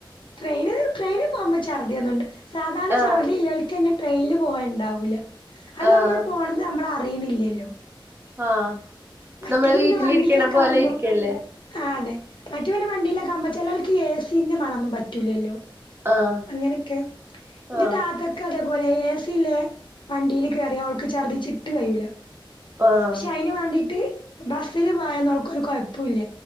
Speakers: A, on the left; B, on the right.
A: ട്രെയിന്‌ ട്രെയിനും പോകുമ്പോ ഛർദി ഒന്നുംണ്ട് സാധാരണ
B: ആഹ്
A: ഛർദി ഇല്ലോൽ ന്നെ ട്രെയിനിൽ പോകുണ്ടാവൂില്ല അത്
B: ആഹ്
A: നമ്മൾ പോണെത് നമ്മൾ അറിണില്ലല്ലോ
B: ആഹ്
A: മറ്റേത്
B: നമ്മള്
A: പിന്നെ
B: വീട്ടിലിരിക്കണ
A: വണ്ടിയിലൊക്കെ
B: പോലെ
A: ആകുമ്പോ
B: ഇരിക്കല്ലേ
A: ആഹ് അതെ മറ്റവ വണ്ടിയില കമ്പച്ചില ആൾക്ക് എ സിന്റെ മണൊന്നും പറ്റൂലല്ലോ
B: ആഹ്
A: അങ്ങനൊക്കെ ഇന്റെ
B: ആഹ്
A: താത ക്ക് അതേപോലെ ഏ സി യിലെ വണ്ടിയിൽ കയറിയ അവൾക്ക് ഛർദിച്ചിട്ട് കയൂല്ല
B: ആഹ്
A: ക്ഷെ അയ്ന് വാണ്ടി ട്ട് ബസ്സില് പോയഒന്നും അവക്ക് ഒരു കുഴപ്പോം ഇല്ല